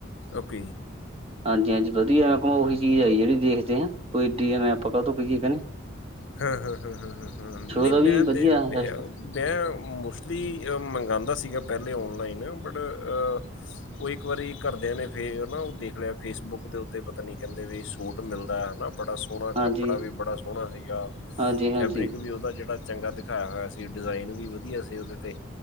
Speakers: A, on the left; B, on the right.
A: ਓਕੇ।
B: ਹਾਂਜੀ ਹਾਂਜੀ ਵਧੀਆ ਮ ਉਹੀ ਚੀਜ਼ ਆਈ ਜਿਹੜੀ ਦੇਖਦੇ ਆਾਂ ਕੋਈ ਇ ਆ ਮੈਂ ਆਪਾਂ ਕ ਕਹਿੰਦੇ <unintelligible>
A: ਹਾਂ ਹਾਂ ਹਾਂ ਹਾਂ ਹਾਂ ਹਾਂ ਨਹੀਂ
B: ਦਾ
A: ਮੈਂ
B: ਵੀ ਵਧੀਆ
A: ਤੇ ਮੈਂ
B: ਸਿਸਟਮ।
A: ਮੋਸਟਲੀ ਮੰਗਵਾਦਾ ਸੀਗਾ ਪਹਿਲੇ ਔਨਲਾਈਨ ਬਟ ਉਹ ਇੱਕ ਵਾਰੀ ਘਰਦਿਆਂ ਨੇ ਫੇ ਨਾ ਉਹ ਦੇਖ ਲਿਆ ਫੇਸਬੁੱਕ ਦੇ ਉੱਤੇ, ਪਤਾ ਨੀ ਕਹਿੰਦੇ ਵੀ ਸੂਟ ਮਿਲਦਾ ਹੈਨਾ। ਬੜਾ ਸੋਹਣਾ
B: ਹਾਂਜੀ
A: ਕੱਪੜਾ ਵੀ ਬੜਾ ਸੋਹਣਾ ਸੁਗਾ
B: ਹਾਂਜੀ ਹਾਂਜੀ
A: ਫੈਬਰਿਕ ਵੀ ਉਹਦਾ ਜਿਹੜਾ ਚੰਗਾ ਦਿਖਾਇਆ ਹੋਇਆ ਸੀ, ਡਿਜ਼ਾਇਨ ਵੀ ਵਧੀਆ ਸੀ ਉਹਦੇ ਤੇ